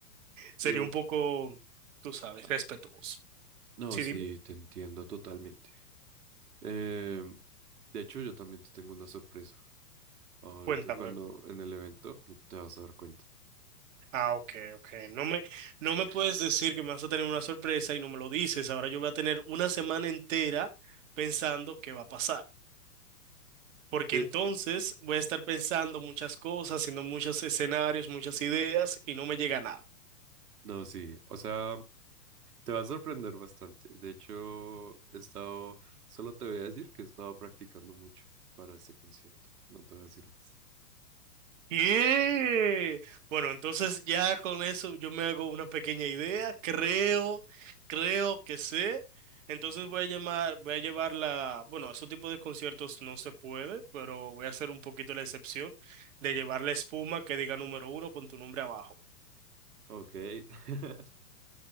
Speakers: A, on the right; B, on the right.
A: Sería
B: Y u-
A: un poco, tú sabes, respetuoso.
B: no,
A: Sí,
B: sí,
A: dime,
B: te entiendo totalmente. Em, de hecho, yo también te tengo una sorpresa. Ahorita
A: cuéntame.
B: cuando en el evento te vas a dar cuenta.
A: Ah, ok, ok. No me, no me puedes decir que me vas a tener una sorpresa y no me lo dices. Ahora yo voy a tener una semana entera pensando qué va a pasar. Porque
B: Te-
A: entonces voy a estar pensando muchas cosas, haciendo muchos escenarios, muchas ideas y no me llega nada.
B: no, sí. O sea... Te va a sorprender bastante. De hecho, he estado, solo te voy a decir que he estado practicando mucho para este concierto. No te voy a decir más.
A: Bien. Bueno, entonces ya con eso yo me hago una pequeña idea. Creo, creo que sé. Entonces voy a llamar, voy a llevar la, bueno, ese tipo de conciertos no se puede, pero voy a hacer un poquito la excepción de llevar la espuma que diga número uno con tu nombre abajo.
B: Ok. <laughs>